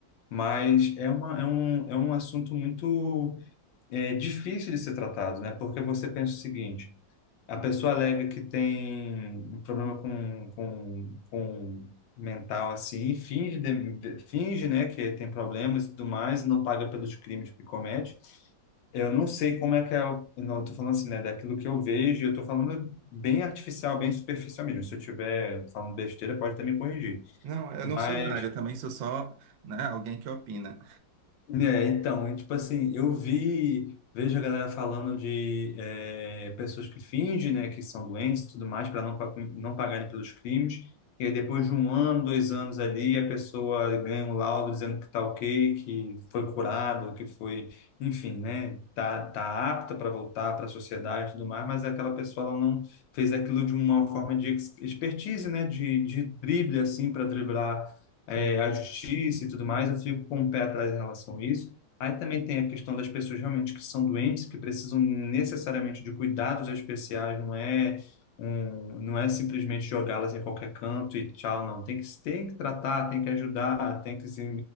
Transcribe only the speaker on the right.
Não, eu
não sou da área, eu também sou só, né, alguém que opina.
Sim.